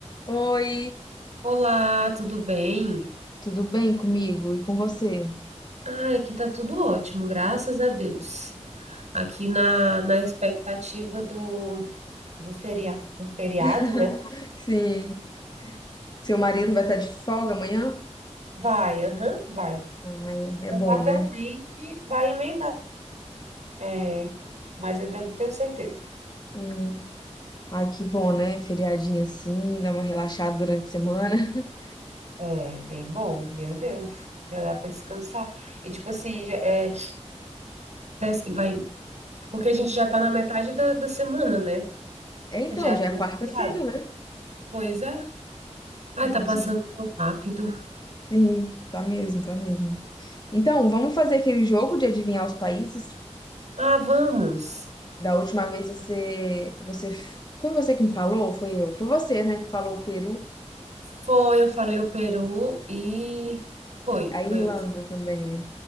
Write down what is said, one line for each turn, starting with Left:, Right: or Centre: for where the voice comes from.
Left: Oi,
Right: Olá, tudo bem?
Left: Tudo bem comigo e com você?
Right: Ah, aqui tá tudo ótimo, graças a Deus. Aqui na, na expectativa do, do, feria, do feriado,
Left: <laughs>
Right: né?
Left: sim. Seu marido vai estar de folga amanhã?
Right: Vai, aham, vai.
Left: Ai, é
Right: Provavelmente
Left: bom, né?
Right: vai emendar. É, mas ainda não tenho certeza.
Left: Hum. Ai, que bom, né? Feriadinho assim, dá uma relaxada durante a semana. <laughs>
Right: É, bem bom, meu Deus. Já dá para descansar. E tipo assim, já- é, parece que vai, porque a gente já tá na metade da, da semana, né?
Left: É então,
Right: Já
Left: já
Right: vem
Left: é quarta-feira,
Right: feriado.
Left: né?
Right: Pois é. Ai,
Left: Nossa,
Right: tá passando tão rápido.
Left: Sim, tá mesmo, tá mesmo. Então, vamos fazer aquele jogo de adivinhar os países?
Right: Ah, vamos.
Left: Da última vez você, você, foi você que me falou? ou Foi eu? Foi você, né, que falou o Peru,
Right: Foi, eu falei o Peru e foi,
Left: a Irlanda
Right: foi. eu-
Left: também, né?